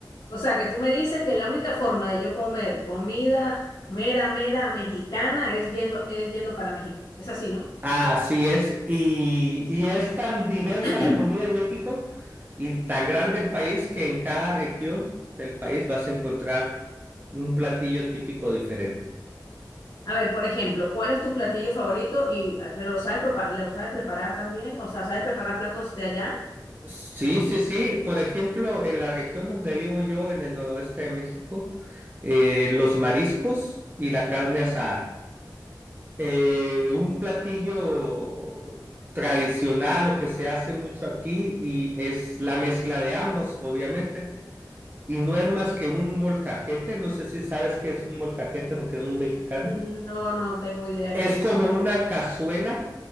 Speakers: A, on the left (about 85°); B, on the right (about 25°).
A: O sea, que tú me dices que la única forma de yo comer comida mera, mera mexicana es yendo, es yendo para México. Es así, ¿no?
B: Así es, y, y es tan diversa
A: <clears throat>
B: la comida en México y tan grande el país que en cada región del país vas a encontrar un platillo típico diferente.
A: A ver, por ejemplo, ¿cuál es tu platillo favorito? Y, ah, pero lo sabes, prepa- lo sabes preparar también, o sea, ¿sabes preparar platos de allá?
B: Sí, sí, sí. Por ejemplo, en la región donde vivo yo, en el noroeste de México, eh, los mariscos y la carne asada. Eh, un platillo tradicional, lo que se hace mucho aquí, y es la mezcla de ambos, obviamente. Y no es más que un molcajete, no sé si sabes qué es un molcajete porque es muy mexicano.
A: Mm, No, no tengo idea
B: Es
A: qué es.
B: como una cazuela